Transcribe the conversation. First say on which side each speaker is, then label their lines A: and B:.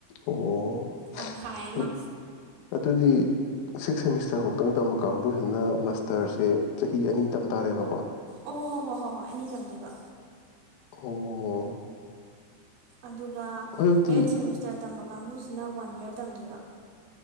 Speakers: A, on the left (about 75°); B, on the right (about 70°).
A: ꯑꯣ
B: ꯇꯪꯈꯥꯏ ꯑꯃ
A: ꯑꯗꯨꯗꯤ ꯁꯤꯛꯁ ꯁꯦꯃꯤꯁꯇꯔꯐꯧꯇꯪ ꯇꯝꯕ ꯀꯥꯡꯕꯨꯁꯤꯅ ꯃꯥꯁꯇꯔꯁꯦ ꯆꯍꯤ ꯑꯅꯤ ꯇꯝ ꯇꯥꯔꯦꯕꯀꯣ
B: ꯑꯣ ꯍꯣ ꯍꯣꯏ ꯍꯣꯏ ꯍꯣꯏ ꯑꯅꯤ ꯇꯝꯗꯣꯏꯕ
A: ꯑꯣ
B: ꯑꯗꯨꯒ ꯑꯩꯠ
A: ꯑꯗꯨꯗꯤ
B: ꯁꯦꯃꯤꯁꯇꯔ ꯇꯝꯕ ꯀꯥꯡꯕꯨꯁꯤꯅ ꯋꯥꯟ ꯏꯌꯥꯔ ꯇꯝꯗꯣꯏꯕ